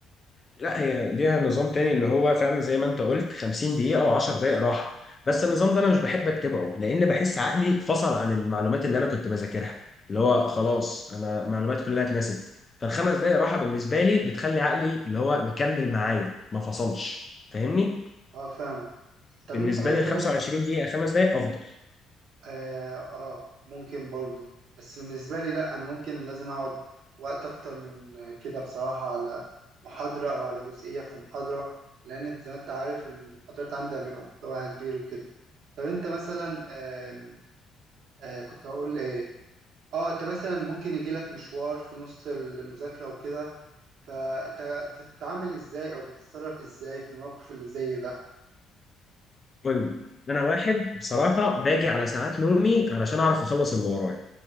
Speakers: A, on the left (about 20°); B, on the right (about 55°).
A: لا هي ليها نظام تاني اللي هو فعلا زي ما أنت قلت 50 دقيقة أو 10 دقايق راحة بس النظام ده أنا مش بحب أتبعه لأن بحس عقلي فصل عن المعلومات اللي أنا كنت بذاكرها اللي هو خلاص أنا معلومات كلها اتنست فالخمس دقايق راحة بالنسبة لي بتخلي عقلي اللي هو مكمل معايا ما فصلش فاهمني؟
B: اه فاهمك طب
A: بالنسبة
B: انت مثلا
A: لي ال 25 دقيقة خمس دقايق أفضل
B: آه, اه ممكن برضه بس بالنسبة لي لا انا ممكن لازم اقعد وقت اكتر من كده بصراحة على محاضرة او على جزئية في محاضرة لان زي ما انت عارف المحاضرات عندي بيبقى محتواها كبير وكده طب انت مثلا آم، آه كنت هقول ايه اه انت مثلا ممكن يجيلك مشوار في نص المذاكرة وكده فانت بتتعامل ازاي او بتتصرف ازاي في الموقف اللي زي ده
A: المهم انا واحد بصراحه باجي على ساعات نومي علشان اعرف اخلص اللي ورايا